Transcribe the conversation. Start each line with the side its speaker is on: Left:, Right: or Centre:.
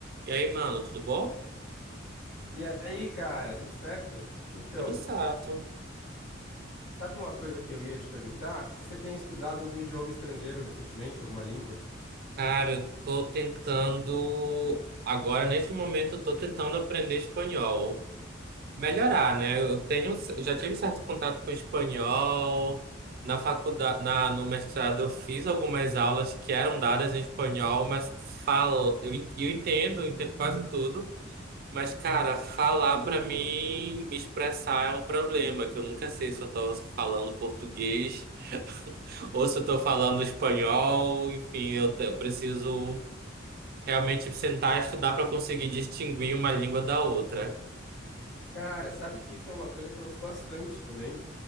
Right: E aí, mano, tudo bom?
Left: E aí, cara, tudo certo? Então,
Right: Tudo certo.
Left: sabe uma coisa que eu ia te perguntar? Se você tem estudado algum idioma estrangeiro recentemente, alguma língua?
Right: Cara, eu tô tentando. Agora, neste momento, eu tô tentando aprender espanhol. Melhorar, né? Eu tenho, já tive certo contato com espanhol. Na faculdade, na, no mestrado, eu fiz algumas aulas que eram dadas em espanhol, mas falo, eu, en- eu entendo, eu entendo quase tudo. Mas, cara, falar pra mim, me expressar é um problema, que eu nunca sei se eu tô falando português <laughs> ou se eu tô falando espanhol. Enfim, eu, te- eu preciso realmente sentar e estudar pra conseguir distinguir uma língua da outra.
Left: Cara, sabe que isso é uma coisa que eu ouço bastante também,